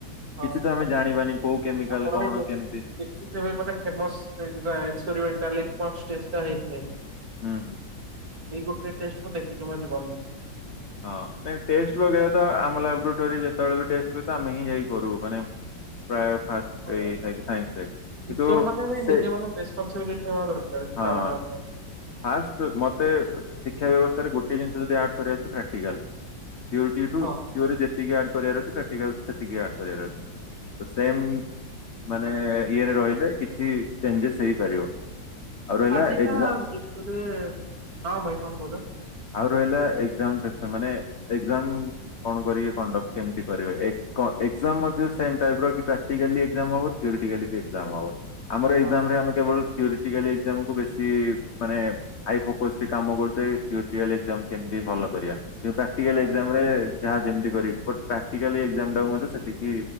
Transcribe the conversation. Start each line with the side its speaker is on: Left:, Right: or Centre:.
Right: ହଁ
Left: କିଛି ତ ଆମେ
Right: ମାନେ
Left: ଜାଣିବାନି
Right: ସେ
Left: କୋଉ କେମିକାଲ
Right: ଆପଣ
Left: କଣ
Right: ବି ଦେଖ
Left: କେମିତି
Right: ଦେଖିଥିବେ ମାନେ ଫେମସ ସେଇ ଟା ଏକ୍ସପେରିମେଣ୍ଟ ଟା ଲିଟମସ ଟେ ଟା ହେଇଥାଏ ସେଇ
Left: ହୁଁ ହୁଁ
Right: ଗୋଟେ ଟେଷ୍ଟ ମୁଁ ଦେଖିଛି ମୋ ଜୀବନରେ।
Left: ହଁ ନାଇଁ ଟେଷ୍ଟ ବଗେରା ତ ଆମ ଲାବରେଟୋରୀ ଯେତେବେଳେ ବି ଟେଷ୍ଟ ହୁଏ ତ ଆମେ ହିଁ ଯାଇ କରୁ ମାନେ। ପ୍ରାୟ। ଫାର୍ଷ୍ଟ
Right: ହଁ
Left: ରେ ଇ ଥାଏ କି ସାଇନ୍ସ ରେ କିନ୍ତୁ
Right: ଟିଚର ମାନେ ବି
Left: ସେ
Right: ନିଜେ ମାନେ ରେସପନସିବିଲିଟି ନେବା ଦରକାର ପିଲାମାନଙ୍କ
Left: ହଁ।
Right: ପାଇଁ।
Left: ଫାର୍ଷ୍ଟ ମତେ ଶିକ୍ଷା ବ୍ୟବସ୍ଥାରେ ଗୋଟେ ଜିନିଷ ଯଦି ଆଡ କରିବାର ଅଛି ପ୍ରାକ୍ଟିକାଲ। ଥିଓଟି ଠୁ
Right: ହଁ
Left: ଥିଓରୀ ଯେତିକି ଆଡ୍ କରିବାର ଅଛି। ପ୍ରାକ୍ଟିକାଲ ସେତିକି ଆଡ କରିବାର ତ ସେମ ମାନେ ଇଏରେ ରହିଲେ। କିଛି ଚେଞ୍ଜେସ୍ ହେଇପାରିବ। ଆଉ ରହିଲା
Right: ଆଜିକା
Left: ଏକ୍ସା
Right: ଯୁଗରେ ହଁ ଭାଇ କଣ କହୁଛ?
Left: ଆଉ ରହିଲା ଏକ୍ଜାମ୍ ସ ସେମାନେ ଏକ୍ଜାମ୍ କଣ କରିବେ କଣ୍ଡକ୍ଟ କେମିତି କରିବେ ଏକ କ ଏକ୍ଜାମ୍ ମଧ୍ୟ ସେମ ଟାଇପ ପର କି ପ୍ରାକ୍ଟିକାଲି ଏକ୍ଜାମ୍ ହବ ଥିଓରିଟୀକାଲି ବି ଏକ୍ଜାମ୍ ହବ ଆମର
Right: ହଁ
Left: ଏକ୍ଜାମ୍ ରେ ଆମେ କେବଳ। ଥିଓରିଟୀକାଲି ଏକ୍ଜାମ୍ କୁ ବେଶୀ ମାନେ ଆଇ ଫୋକସ କାମ କରୁଚେ ଥିଓରିଟୀକାଲି ଏକ୍ଜାମ୍ କେମିତି ଭଲ କରିବା କିନ୍ତୁ ପ୍ରାକ୍ଟିକାଲ
Right: ହଁ
Left: ଏକ୍ଜାମ ରେ। ଯାହା ଯେମିତି କରି ବଟ ପ୍ରାକ୍ଟିକାଲ ଏକ୍ଜାମ୍ ଟାକୁ ମଧ୍ୟ ସେତିକି